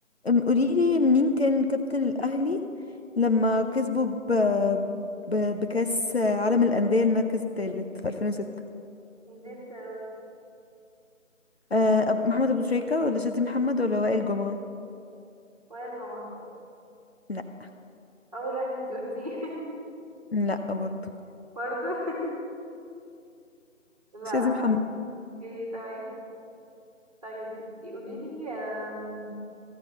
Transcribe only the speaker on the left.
أم- قوليلي مين كان كابتن الأهلي لما كسبوا ب... ب... بكأس عالم الأندية المركز الثالث في 2006
أه أب- محمد أبو شريكة ولا شادي محمد ولا وائل جمعة
لا
لا برضه
شادي محمد